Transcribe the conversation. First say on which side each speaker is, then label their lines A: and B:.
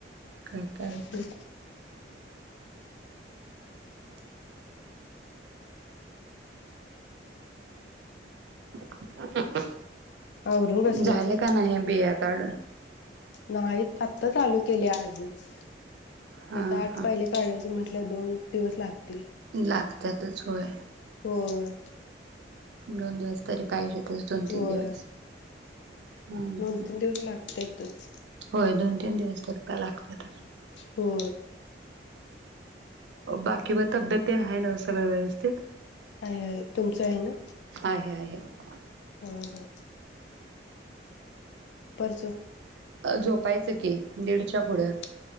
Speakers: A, on the right; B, on the left.
A: काय कात-
B: हम्म
A: च क क
B: आवरून बसल्यासा
A: झाले का नाही बिया काढून.
B: नाही आत्ता चालू केले आजच.
A: हा
B: त्याता आठ
A: हा
B: पाहिले काढयचं म्हंटलं. आप दोन दिवस लागतील.
A: लागतातच होय.
B: वर
A: दोन दिवस तरी पाहिजेत. दोन
B: होय
A: तीन दिवस- ह
B: दोन तीन दिवस लागत. त्यातच.
A: होय दोन तीन दिवस तर र प लागतात.
B: हो
A: बाकी व तब्येत आहे न सगळं व्यवस्थित
B: हय आहे तुमचं आहे ना
A: आहे आहे
B: हा हा स
A: अ झोपायचं की. दीडच्या पुढे
B: हम्म
A: आ-